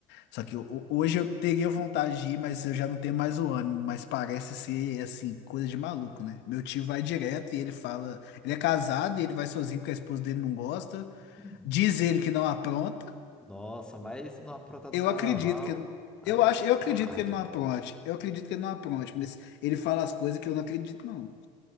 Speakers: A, on the left; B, in the centre.
A: Só que ho- hoje eu teria vontade de ir, mas eu já não tenho mais o ânimo. Mas parece ser, assim, coisa de maluco, né? Meu tio vai direto e ele fala. Ele é casado e ele vai sozinho porque a esposa dele não gosta.
B: Uhum.
A: Diz ele que não apronta.
B: Nossa, mas não aprontar no
A: Eu
B: carnaval
A: acredito que
B: é,
A: eu acho, eu acredito
B: é hard.
A: que ele não apronte. Eu acredito que ele não apronte, mas ele fala as coisas que eu não acredito não.